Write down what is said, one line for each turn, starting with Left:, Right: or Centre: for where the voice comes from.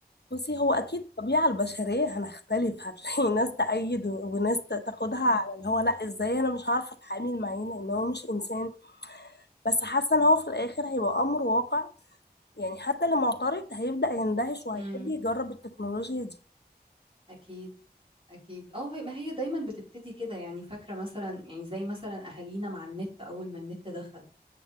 Left: بصي هو اكيد الطبيعه البشريه هنختلف هتلاقي ناس تأيد و- وناس ت- تاخدها على اللي هو لا ازاي انا مش عارفه اتعامل معاه لان هو مش انسان بس حاسه ان هو في الاخر هيبقى امر واقع يعني حتى اللي معترض هيبدأ يندهش وهيحب
Right: امم
Left: يجرب التكنولوجيا
Right: أكيد أكيد اه هي- ما هي دايما بتبتدي كده يعني فاكرة مثلا يعني زي مثلا أهالينا مع النت أول ما النت دخل